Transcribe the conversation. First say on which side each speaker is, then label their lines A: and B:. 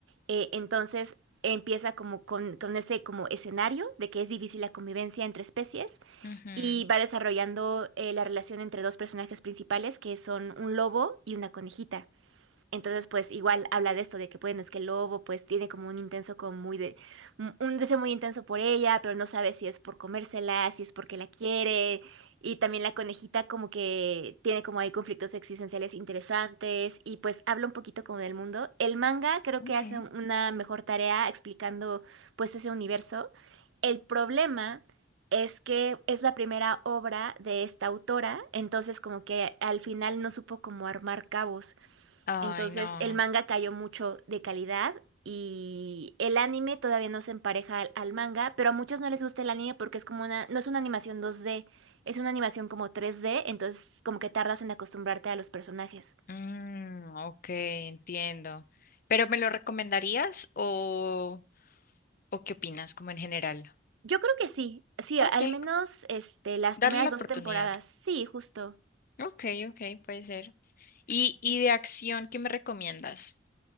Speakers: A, on the right; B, on the left.
A: Eh, entonces empieza como con, con ese como escenario de que es difícil la convivencia entre especies
B: ujú,
A: y va desarrollando eh, la relación entre dos personajes principales que son un lobo y una conejita. Entonces, pues igual habla de esto, de que bueno, es que el lobo pues tiene como un intenso, como muy de, un un deseo muy intenso por ella, pero no sabe si es por comérsela, si es porque la quiere. Y también la conejita como que tiene como hay conflictos existenciales interesantes y pues habla un poquito como del mundo. El manga creo
B: Ok.
A: que hace una mejor tarea explicando pues ese universo. El problema es que es la primera obra de esta autora, entonces como que al final no supo cómo armar cabos.
B: Ay,
A: Entonces,
B: no.
A: el manga cayó mucho de calidad y el anime todavía no se empareja al, al manga, pero a muchos no les gusta el anime porque es como una, no es una animación dos d es una animación como tres d entonces como que tardas en acostumbrarte a los personajes.
B: Mm, ok, entiendo. ¿Pero me lo recomendarías o, o qué opinas, como en general?
A: Yo creo que sí, sí,
B: Ok,
A: al
B: c-
A: menos este, las
B: darle
A: primeras
B: la oportunidad.
A: dos temporadas, sí, justo.
B: Ok, ok, puede ser. ¿Y, y de acción, qué me recomiendas?